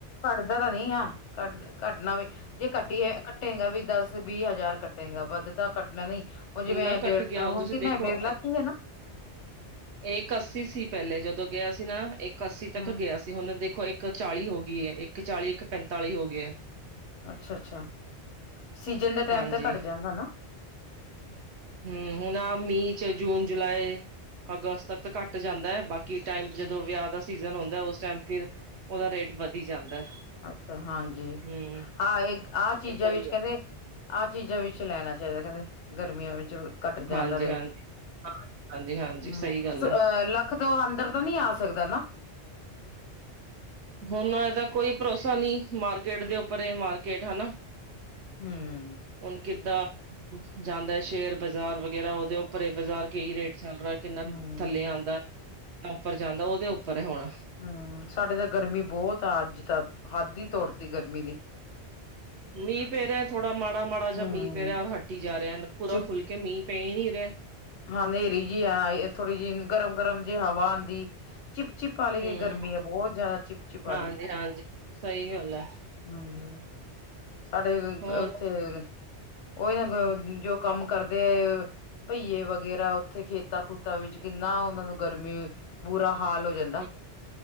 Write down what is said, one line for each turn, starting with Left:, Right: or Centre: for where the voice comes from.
Left: ਘੱਟਦਾ ਤਾਂ ਨਈਂ ਆ, ਘੱਟ ਘੱਟਨਾ ਵੀ ਜੇ ਕੱਟੀਏ ਕੱਟੇਗਾ ਵੀ ਦਸ, ਵੀਹ ਹਜ਼ਾਰ ਕੱਟੇਗਾ ਵੱਧ ਤਾਂ ਕੱਟਣਾ ਨਈਂ।
Right: ਕਿੰਨਾ
Left: ਜਿਵੇਂ ਡੇਡ,
Right: ਘੱਟ ਗਿਆ
Left: ਹੁਣ
Right: ਤੁਸੀਂ
Left: ਕਿੰਨਾ
Right: ਦੇਖੋ
Left: ਏ, ਡੇਢ ਲੱਖ ਈ ਐ ਨਾਂ?
Right: ਇਕ ਅੱਸੀ ਸੀ ਪੈਲੇ ਜਦੋਂ ਗਿਆ ਸੀ ਨਾ, ਇਕ ਅੱਸੀ
Left: ਹਮ
Right: ਤੱਕ ਗਿਆ ਸੀ। ਹੁਣ ਦੇਖੋ ਇੱਕ ਚਾਲੀ ਹੋ ਗਈ ਐ, ਇੱਕ ਚਾਲੀ ਇੱਕ ਪੈਂਤਾਲੀ ਹੋ ਗਿਆ।
Left: ਅੱਛਾ, ਅੱਛਾ। ਸੀਜਨ ਦੇ ਟੈਮ
Right: ਹਾਂਜੀ
Left: ਤੇ ਘੱਟ ਜਾਂਦਾ ਨਾਂ।
Right: ਹਂ, ਹੁਣ ਮੀਂਅ ਚ ਜੂਨ, ਜੁਲਾਈ, ਅਗਸਤ ਤੱਕ ਘੱਟ ਜਾਂਦਾ ਐ ਬਾਕ ਕਿ ਟਾਈਮ ਜਦੋਂ
Left: ਹਮ
Right: ਵਿਆਹ ਦਾ ਸੀਜਨ ਹੁੰਦਾ ਉਸ ਟਾਈਮ ਫਿਰ ਉਦਾ ਰੇਟ ਵਧੀ ਜਾਂਦਾ।
Left: ਅੱਛਾ ਹਾਂਜੀ
Right: ਹਮ
Left: ਹਾਂ, ਇੱਕ ਆਹ ਚੀਜ਼ਾਂ
Right: ਏਦਾਂ
Left: ਵਿੱਚ
Right: ਹੀ
Left: ਕਹਿੰਦੇ
Right: ਹੈ
Left: ਆਹ ਚੀਜ਼ਾਂ ਵਿੱਚ ਲੈਣਾ ਚਾਹੀਦਾ ਕਹਿੰਦੇ ਗਰਮੀਆਂ ਵਿੱਚ। ਘੱਟ ਜਾਂਦਾ
Right: ਹਾਂਜੀ
Left: ਰੇਟ
Right: ਹਾਂਜੀ ਹਾਂਜੀ ਹਾਂਜੀ
Left: ਹੂੰ
Right: ਸਹੀ ਗੱਲ ਹੈ
Left: ਅ ਲੱਖ ਤੋਂ ਅੰਦਰ ਤਾਂ ਨੀ ਆ ਸਕਦਾ ਨਾ
Right: ਹੁਨ ਏਦਾ ਕੋਈ ਭਰੋਸਾ ਨੀ ਮਾਰਕੀਟ ਦੇ ਉੱਪਰੇ ਮਾਰਕੀਟ ਹਨਾ।
Left: ਹੂੰ।
Right: ਹੁਣ ਕਿੱਦਾ ਜਾਂਦਾ ਸ਼ੇਅਰ ਬਾਜ਼ਾਰ ਵਗੈਰਾ, ਉਦੇ ਉਪਰ ਏ ਬਾਜ਼ਾਰ ਕਿ ਰੇਟ ਚਲ ਰਾ ਕਿੰਨਾ
Left: ਹਮ
Right: ਥੱਲੇ ਆਂਦਾ, ਕਿੰਨਾ ਉੱਪਰ ਜਾਂਦਾ, ਉਦੇ ਉਪਰ ਏ ਹੁਣ
Left: ਹਾਂ, ਸਾਡੇ ਤਾਂ ਗਰਮੀ ਬਹੁਤ ਆ ਅੱਜ ਤਾਂ, ਹੱਦ ਹੀ ਤੋੜਤੀ ਗਰਮੀ ਦੀ।
Right: ਮੀਂਹ ਪੈ ਰੇਹਾ, ਥੋੜਾ ਮਾੜਾ-ਮਾੜਾ ਜਿਆ
Left: ਹਮ
Right: ਮੀਂਹ ਪੈ ਰੇਹਾ ਔਰ ਹੱਟੀ ਜਾ ਰਿਹਾ, ਪੂਰਾ
Left: ਚਿਪ
Right: ਖੁੱਲ ਕੇ ਮੀਂਹ ਪੈ ਹੀ ਨੀ ਰੈਹਾ।
Left: ਹਾਂ, ਹਨੇਰੀ ਜਿਹੀ ਆਈ, ਐ ਥੋੜੀ ਜਿਹੀ ਗਰਮ-ਗਰਮ ਜਿਹੀ ਹਵਾ ਆਂਦੀ। ਚਿਪ-ਚਿਪ ਆਲੀ
Right: ਹੂੰ
Left: ਏ ਗਰਮੀ ਆ ਬਹੁਤ ਜ਼ਿਆਦਾ ਚਿਪ- ਚਿਪ ਆਲੀ।
Right: ਹਾਂਜੀ ਹਾਂਜੀ ਸਹੀ ਗੱਲ ਹੈ
Left: ਹਾਂਜੀ, ਸਾਡੇ <unintelligible>
Right: ਹੋਰ
Left: ਫੇਰ, ਓਹੀਓ ਜੋ ਕੰਮ ਕਰਦੇ ਆ ਭਹੀਏ ਵ ਵੇਰਾ ਓਥੇ ਖੇਤਾਂ-ਖੂਤਾਂ ਵਿੱਚ ਕਿੰਨਾ ਉਨਾਂ ਨੂੰ ਗਰਮੀ, ਬੁਰਾ ਹਾਲ ਹੋ ਜਾ
Right: ਹੂੰ,